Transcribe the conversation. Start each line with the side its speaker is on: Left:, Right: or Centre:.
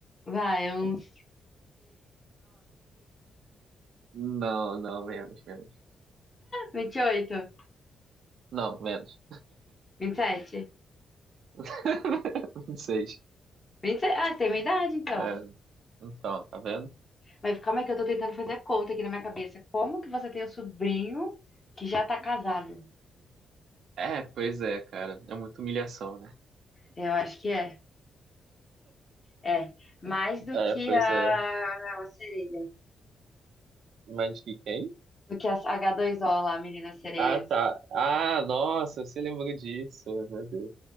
Left: Vai, uns
Right: Não, não, menos, menos.
Left: 29, 30,
Right: Não, menos.
Left: 28, 27.
Right: <laughs> Seis.
Left: 27. Ah, você tem minha idade, então.
Right: É, então, tá vendo?
Left: Mas calma aí que eu tô tentando fazer a conta aqui na minha cabeça. Como que você tem um sobrinho que já tá casado?
Right: É, pois é, cara. É muita humilhação, né?
Left: Eu acho que é. É. Mais do
Right: É,
Left: que
Right: pois
Left: a,
Right: é.
Left: a sereia.
Right: Mas de quem?
Left: do que as H2O lá, meninas sereias.
Right: Ah, tá. Ah, nossa, você lembrou disso, meu Deus.